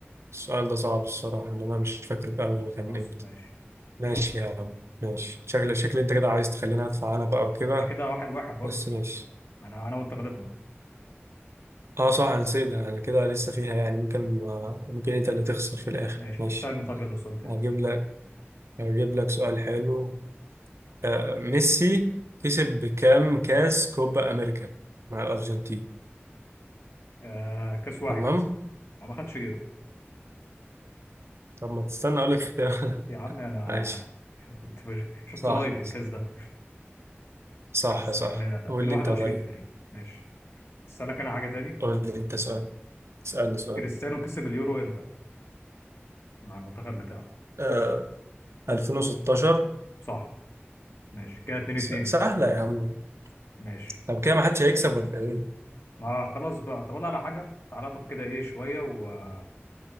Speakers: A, on the right (about 80°); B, on the left (about 70°).
A: السؤال ده صعب الصراحة إن أنا مش فاكر أوي كان
B: خلاص
A: إمتى
B: ماشي
A: ماشي يا عم ماشي شكل شكل أنت كده عايز تخليني أدفع أنا بقى وكده
B: ده كده واحد واحد برضه
A: بس ماشي
B: ما أنا أنا وأنت غلطنا
A: اه صح انا نسيت ده. انا كده لسه فيها يعني ممكن آه، ممكن انت اللي تخسر في الاخر
B: ماشي
A: ماشي
B: تستاهل طب يلا سؤال تاني
A: هجيب لك هجيب لك سؤال حلو آه، ميسي كسب بكام كاس كوبا امريكا مع الارجنتين
B: آه كاس واحد
A: تمام
B: ما ما خدش غيره
A: طب ما تستنى اقول لك اختيار
B: يا عم
A: <laughs>
B: أنا
A: ماشي
B: <laughs> كنت بش- شفت
A: صح
B: قريب الكاس ده
A: صح
B: كان
A: صح
B: كان من 2021
A: قول لي انت طيب
B: تقريبا ماشي أسألك أنا حاجة تاني
A: قول لي انت سؤال اسالني سؤال
B: كريستيانو كسب اليورو امتى مع المنتخب بتاعه
A: آه 2016
B: صح ماشي كده 2
A: س-
B: 2
A: سهله يا عم
B: ماشي
A: طب كده ما حدش هيكسب ولا ايه
B: ما خلاص بقى طب أقول على حاجه تعالى طب كده ايه شويه وهبقى